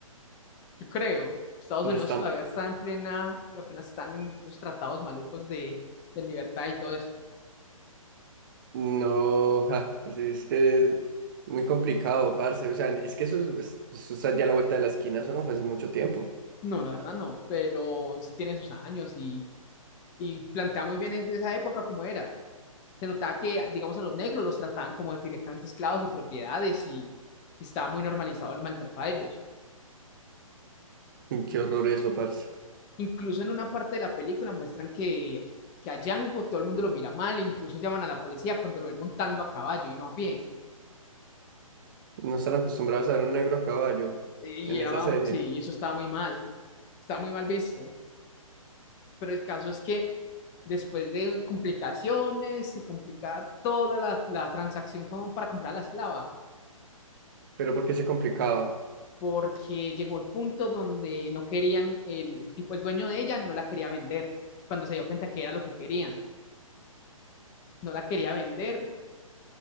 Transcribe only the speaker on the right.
No
está,
no, ja, es, es que muy complicado, parce. O sea, es que eso, es- eso está ya a la vuelta de la esquina, eso no fue hace mucho tiempo.
Y Qué horror eso, parce.
No están acostumbrados a ver un negro a caballo
en
esa serie.
Pero ¿por qué se complicaba?